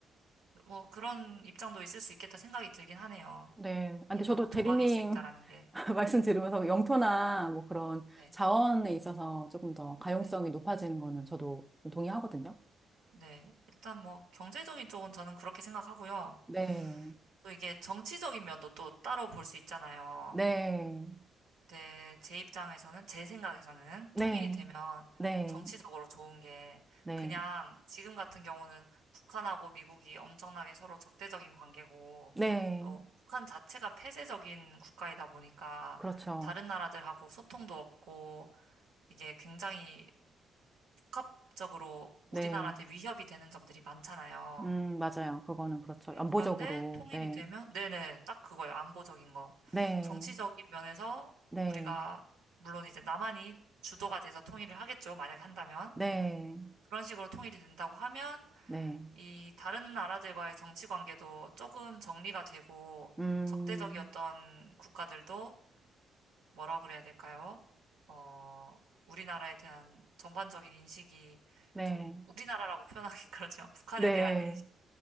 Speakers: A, on the right; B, in the centre.
A: 뭐 그런 입장도 있을 수 있겠다 생각이 들긴 하네요.
B: 네. 아, 근데
A: 이게
B: 저도
A: 너무
B: 대리님
A: 도박일 수 있다라는 게.
B: <laughs> 말씀
A: 네,
B: 들으면서 영토나 뭐 그런
A: 네,
B: 자원에 있어서 조금 더 가용성이
A: 네,
B: 높아지는 거는 저도 동의하거든요.
A: 네. 일단 뭐 경제적인 쪽은 저는 그렇게 생각하고요.
B: 네,
A: 또 이게 정치적인 면도 또 따로 볼 수 있잖아요.
B: 네,
A: 네, 제 입장에서는, 제 생각에서는
B: 네,
A: 통일이 되면
B: 네,
A: 정치적으로 좋은 게
B: 네,
A: 그냥 지금 같은 경우는 북한하고 미국이 엄청나게 서로 적대적인 관계고
B: 네,
A: 또 북한 자체가 폐쇄적인 국가이다 보니까
B: 그렇죠.
A: 다른 나라들하고 소통도 없고 이게 굉장히 복합적으로
B: 네,
A: 우리나라한테 위협이 되는 점들이 많잖아요.
B: 음, 맞아요. 그거는 그렇죠.
A: 네,
B: 안보적으로,
A: 그런데 통일이
B: 네.
A: 되면, 네네, 딱 그거예요. 안보적인 거.
B: 네,
A: 정치적인 면에서
B: 네,
A: 우리가, 물론 이제 남한이 주도가 돼서 통일을 하겠죠. 만약에 한다면.
B: 네,
A: 그런 식으로 통일이 된다고 하면,
B: 네,
A: 이 다른 나라들과의 정치 관계도 조금 정리가 되고,
B: 음,
A: 적대적이었던 국가들도 뭐라 그래야 될까요? 어, 우리나라에 대한 전반적인 인식이
B: 네,
A: 좀, 우리나라라고 표현하기 <laughs> 그렇지만, 북한에
B: 네,
A: 대한 인식,